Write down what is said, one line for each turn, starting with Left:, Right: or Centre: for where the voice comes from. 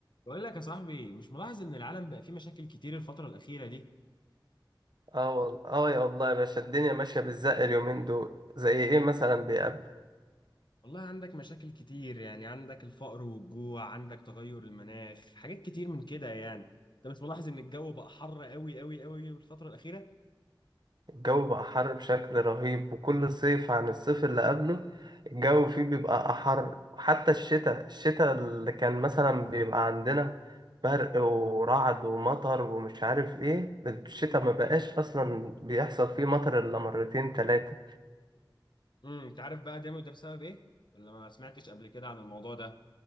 Left: بقول لك يا صاحبي مش ملاحظ ان العالم بقى فيه مشاكل كتير الفترة الأخيرة دي
Right: اه والله اه يا الله يا باشا الدنيا ماشية بالزق اليومين دول زي ايه مثلا بيقابل
Left: والله عندك مشاكل كتير يعني عندك الفقر والجوع عندك تغير المناخ حاجات كتير من كده يعني انت مش ملاحظ ان الجو بقى حر قوي قوي قوي الفترة الأخيرة
Right: الجو بقى حر بشكل رهيب وكل صيف عن الصيف اللي قبله الجو فيه بيبقى أحر وحتى الشتاء الشتاء اللي كان مثلا بيبقى عندنا برق ورعد ومطر ومش عارف ايه الشتاء ما بقاش اصلا بيحصل فيه مطر الا مرتين تلاتة
Left: امم انت عارف بقى ده ده بسبب ايه ولا ما سمعتش قبل كده عن الموضوع ده